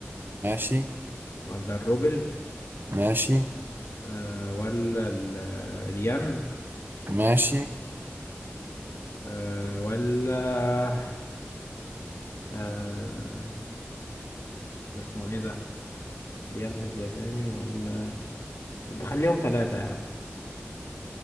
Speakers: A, on the right (about 50°); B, on the left (about 85°).
A: ماشي
B: ولا الروبل
A: ماشي
B: آه. ولا ال- الين
A: ماشي
B: آه. ولا آه. اسمه ايه ده دي يا ابن الياباني ولا بخليهم ثلاثة يا عم